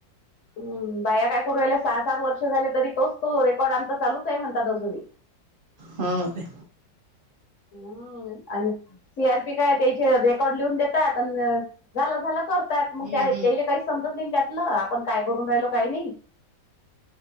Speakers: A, on the left; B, on the right.
A: हम् बाया काय करु रायेला सहा, सात वर्ष झाले तरी तोच तो रेकॉर्ड आमचा चालूच आहे म्हणतात अजूनही.
B: हो का.
A: हम्म आणि सी आर पी काय त्याचे रेकॉर्ड लिहून देतात आणि झालं झालं कर त्या
B: हम्म
A: मग त्याला
B: हम्म
A: काहीच समजत नाही त्यातलं आपण काय करून राहिलो काही नाही.